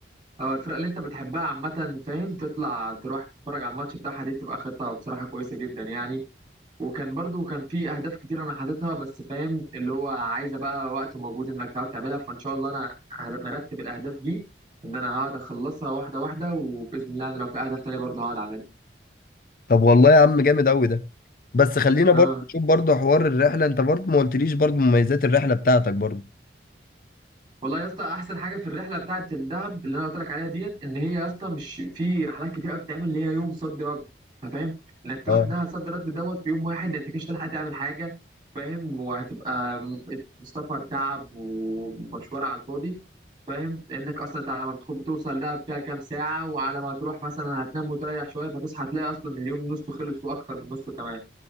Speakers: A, on the right; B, on the left.
A: اه الفرق اللي انت بتحبها عامه فاهم تطلع تروح تتفرج على الماتش بتاعها دي تبقى خطه بصراحه كويسه جدا يعني وكان برضو كان في اهداف كتير انا حاططها بس فاهم اللي هو عايزه بقى وقت ومجهود انك تقعد تعملها فان شاء الله انا مرتب الاهداف دي ان انا هقعد اخلصها واحده واحده وباذن الله انا لو في اهداف تانية برضه هقعد اعملها
B: طب والله يا عم جامد قوي ده بس خلينا
A: اه
B: برضو نشوف برضو حوار الرحلة انت برضو ما قلتليش برضو مميزات الرحلة بتاعتك برضو
A: والله يا اسطى احسن حاجه في الرحله بتاعه الدهب اللي انا قلت لك عليها ديت ان هي يا اسطى مش في رحلات كتير قوي بتعمل اللي هي يوم صد رد أنت فاهم انك تروح
B: اه
A: دهب صد رد دوت في يوم واحد انت مش هتلحق تعمل حاجه فاهم وهتبقى م- سفر تعب ومشوار على الفاضي فاهم لانك اصلا انت على ما بتخ- بتوصل دهب فيها كام ساعه وعلى ما تروح مثلا هتنام وتريح شويه فتصحى تلاقي اصلا اليوم نصه خلص واكتر من نصه كمان